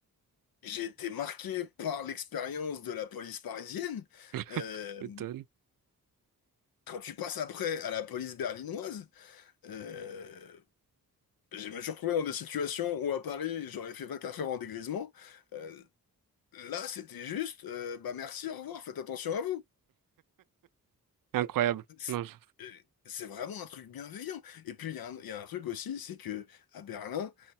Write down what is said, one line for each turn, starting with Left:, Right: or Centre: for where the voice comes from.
Left: J'ai été marqué par l'expérience de la police parisienne.
Right: <laughs>
Left: Euh,
Right: Étonne.
Left: quand tu passes après à la police berlinoise, euh, je me suis retrouvé dans des situations où à Paris, j'aurais fait 24 heures en dégrisement. Euh, là, c'était juste, euh, bah merci, au revoir, faites attention à vous.
Right: Incroyable.
Left: C'est
Right: Non, je-
Left: euh, c'est vraiment un truc bienveillant. Et puis, il y a un, il y a un truc aussi, c'est que à Berlin,